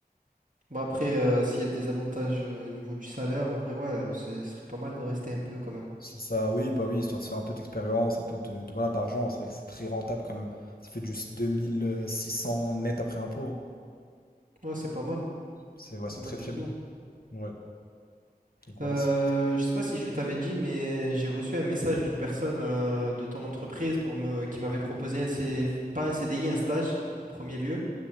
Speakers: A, on the right; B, on the left.
A: Bah après, euh, s'il y a des avantages euh, au niveau du salaire, en vrai, ouais, euh, ce serait pas mal de rester un peu quand même.
B: C'est ça, oui, bah oui, histoire de se faire un peu d'expérience, un peu de, de- voilà, d'argent, c'est vrai que c'est très rentable quand même. Ça fait juste cents net après impôt, hein.
A: Ouais, c'est pas mal.
B: C'est ouais,
A: Pas
B: c'est
A: mal
B: très
A: du
B: très
A: tout.
B: bien. Ouais, donc voilà,
A: Euh,
B: c'est
A: je sais pas si je t'avais dit, mais j'ai reçu un message d'une personne euh, de ton entreprise pour me... qui m'avait proposé un C... pas un CDI, un stage en premier lieu.